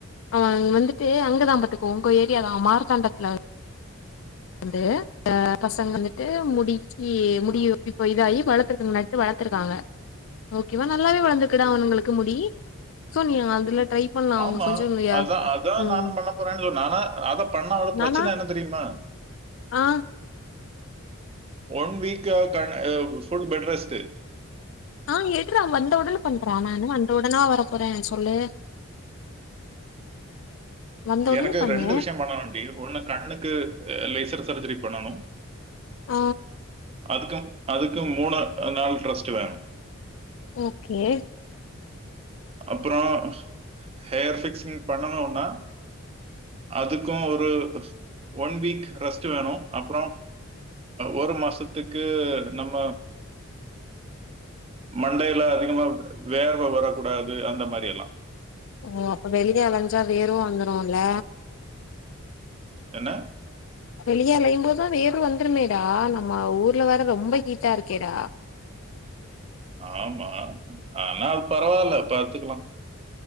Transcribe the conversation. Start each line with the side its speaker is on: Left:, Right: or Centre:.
Left: ஆ வந்துட்டு அங்கதா அக்கு ஒங்க ஏறியா அது மார்தாண்டத்துல வந்து ஆ பசங்க வந்துட்டு முடிக்கி முடி இப்ப இதாகி வளர்த்துருக்காங்க நட்டு வளர்த்துருக்காங்க ஓகேவா நல்லாவே வளந்துக்குடா அவனுங்களுக்கு முடி சோ நீ அதுல ட்ரை பண்லா அவங்க
Right: ஆமா
Left: கொஞ்சோ
Right: அதா அதா
Left: ம்
Right: நானு பண்ண போறேன்னு சொன்னே ஆனா அதா பண்ணா
Left: நானா
Right: பிரச்சன என்ன தெரியுமா
Left: ஆ
Right: ஒன் வீக் ல் ஃபுல் பெட் ரெஸ்டு
Left: ஆ எட்றா வந்த ஒடனே பண்றா நா என்ன வந்த ஒடனவா வர போறே சொல்லு வந்த உடனே
Right: எனக்கு
Left: பண்ணு
Right: ரெண்டு விஷயோ பண்ணணுன்டி ஒன்னு கண்ணுக்கு லேசர் சர்ஜரி பண்ணணு
Left: ஆ
Right: அதுக்கும் அதுக்கும் மூனு நாள் ட்ரஸ்டு வேணு
Left: ஓகே
Right: அப்றோ ஹேர் ஃபிக்சிங் பண்ணனுனா அதுக்கு ஒரு ஒன் வீக் ரெஸ்டு வேணு அப்றோ ஒரு மாசத்துக்கு நம்ம மண்டையில அதிகமா வேர்வ வர கூடாது அந்த மாரி எல்லா
Left: ஓ அப்ப வெளிய அலஞ்சா வேர்வ வந்துரு வந்ருல்ல
Right: என்ன
Left: வெளிய அலையும் போது வேர்வ வந்துருமேடா நம்ம ஊர்ல வேற ரொம்ப ஹீட்டா இருக்கேடா
Right: ஆமா ஆனா பரவால்ல பாத்துக்கலா